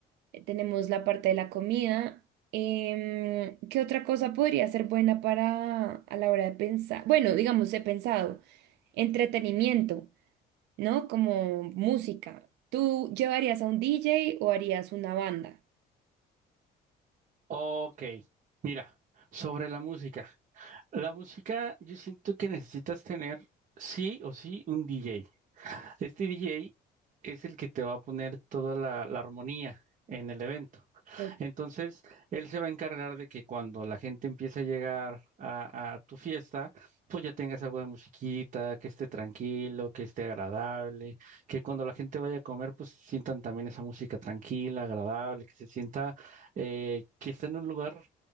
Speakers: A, on the right; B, on the right.
A: eh, Tenemos la parte de la comida Em, ¿qué otra cosa podría ser buena para a la hora de pensar? Bueno, digamos, he pensado, entretenimiento, ¿no? Como música. ¿Tú llevarías a un DJ o harías una banda?
B: Ok, mira, sobre la música. La música, yo siento que necesitas tener sí o sí un DJ. Este DJ es el que te va a poner toda la, la armonía en el evento.
A: Ok.
B: Entonces, él se va a encargar de que cuando la gente empiece a llegar a, a tu fiesta, pues ya tengas algo de musiquita, que esté tranquilo, que esté agradable, que cuando la gente vaya a comer, pues sientan también esa música tranquila, agradable, que se sienta eh, que está en un lugar